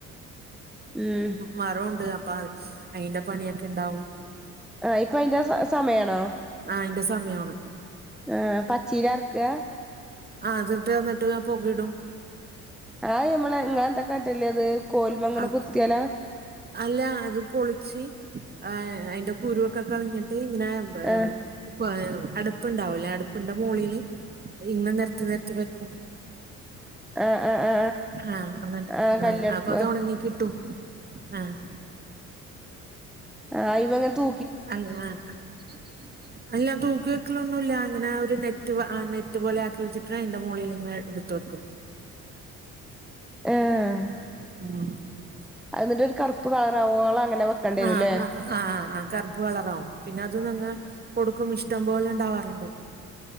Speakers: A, in the centre; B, on the right.
A: ഉം.
B: മരുണ്ട് അപ്പ ച് അയിന്റെ പണിക്കെ ണ്ടാവും.
A: ആഹ ഇപ്പൊ അയിന്റെ സ സമയണോ?
B: ആഹ് അയ്ന്റെ സമയണ്.
A: ആഹ് പച്ചീരർക്കാ?
B: ആഹ് അത്ട്ട് ന്ന്ട്ട് പൊകെ ടും.
A: ആഹ് ഞമ്മളെ ഇങ്ങാ എന്തക്കാട്ടല് അത് കോല്മ്മ ങ്ങനെ
B: അത്
A: കുത്യലാ?
B: അല്ല അത് പൊളിച്ച് ആ അയിന്റെ കുരുക്കെ കളിഞ്ഞിട്ട് ഇങ്ങനെ ബെഹ്
A: ആ
B: ഇപ്പ അടപ്പ്ണ്ടാവു ലെ അട്പ്പ്ണ്ടേ മോളീല് ഇങ്ങ നെർത്തി നെർത്തി വെക്കും.
A: ആ ആ ആ
B: ആഹ് അങ്ങൻ ത
A: ആ കല്ലെടുപ്പ്
B: ആഹ് അപ്പൊ അത് ഒണങ്ങി കിട്ടും ആഹ്.
A: ആഹ് <unintelligible> തൂ
B: <unintelligible> അല്ലാ തൂക്കി വെക്കലൊന്നും ഇല്ല അങ്ങനെ ഒരു നെറ്റ് നെറ്റ് പോലെ ആക്കി വെച്ചിട്ട എന്റെ മോളയിൽ ഇങ്ങനെ എടുത്ത വെക്കും.
A: എഹ്
B: ആഹ
A: അന്നിട്ട് ഒരു കറുപ്പ് കളറാകുവോളം അങ്ങനെ വെക്കേണ്ടിരും
B: ആഹ്
A: ല്ലേ?
B: ആഹ് ആഹ് കറുപ്പ് വളറാവും പിന്നെ അത് നിങ്ങ് കൊടുക്കും ഇഷ്ടം പോലെ ഇണ്ടാവാറുണ്ട്.